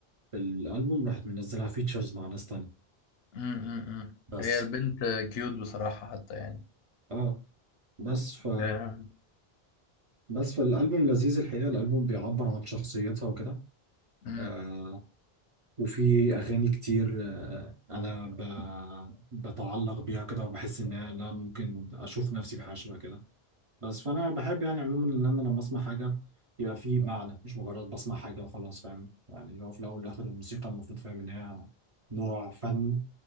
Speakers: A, on the right (about 45°); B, on the left (about 75°).
A: في الألبوم راحت منزلها فيتشرز مع ناس تانية
B: امم
A: بس
B: هي البنت كيوت بصراحة حتى يعني
A: اه بس ف
B: آه،
A: بس فالألبوم لذيذ الحقيقة الألبوم بيعبر عن شخصيتها وكده
B: مم،
A: آه وفي أغاني كتير آه أنا ب... بتعلق بيها كده وبحس إن أنا ممكن أشوف نفسي في حاجة شبه كده بس فأنا بحب يعني عموما إن أنا لما أسمع حاجة يبقى في معنى مش مجرد بسمع حاجة وخلاص فاهم يعني هو في الأول والآخر الموسيقى المفروض فاهم إن هي نوع فن